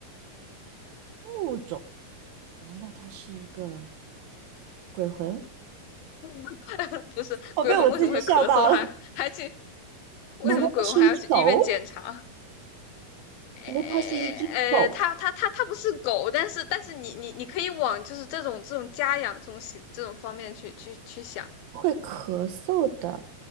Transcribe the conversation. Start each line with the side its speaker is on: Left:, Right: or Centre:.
Right: 物种，难道它是一个鬼魂？
Left: <laughs> 不是鬼魂为什么会咳嗽还还去
Right: 我被我自己笑到了。
Left: 为什么鬼魂还要去医院检查？
Right: 难道它是一只狗？
Left: 呃呃，
Right: 因为它是一只狗，
Left: 它它它它不是狗，但是但是你你你可以往就是这种这种家养这种这种方面去去去想。
Right: 会咳嗽的，